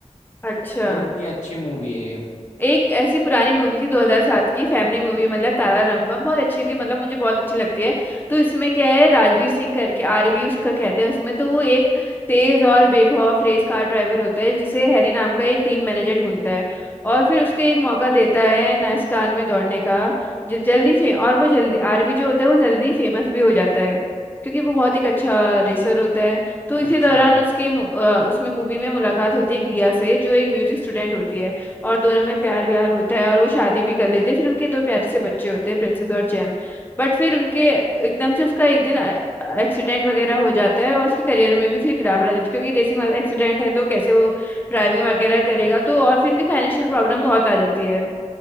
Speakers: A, on the left; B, on the left.
A: अच्छा
B: और इतनी अच्छी मूवी है ये
A: एक ऐसी पुरानी मूवी थी 2007 की फैमिली मूवी मतलब तारा रामपम बहुत अच्छी थी मतलब मुझे बहुत अच्छी लगती है तो इसमें क्या है राजवीर सिंह करके आरवी उसका कहते हैं उसमें तो वो एक तेज और बेखौफ रेस कार ड्राइवर होता है जिसे हैरी नाम का एक टीम मैनेजर ढूंढता है और फिर उसको एक मौका देता है नाइस्कान में दौड़ने का जो जल्दी फे और वो जल्दी आरवी जो होता है वो जल्दी फेमस भी हो जाता है क्योंकि वो बहुत एक अच्छा रेसर होता है तो इसी
B: अच्छा
A: दौरान उसकी मु- अ, उसमें मूवी में मुलाकात होती है ग्रिया से जो एक म्यूजिक स्टूडेंट होती है और दोनों में प्यार व्यार होता है और वो शादी भी कर लेते हैं फिर उनके दो प्यारे से बच्चे होते हैं प्रिंसेस और जैम बट फिर उनके एकदम से उसका एक दिन एक्सीडेंट वगैरह हो जाता है और उसके करियर में भी फिर गिरावट आ जाती है क्योंकि रेसिंग वाला एक्सीडेंट है तो कैसे वो ड्राइविंग वगैरह करेगा तो और फिर उनकी फाइनेंशियल प्रॉब्लम बहुत आ जाती है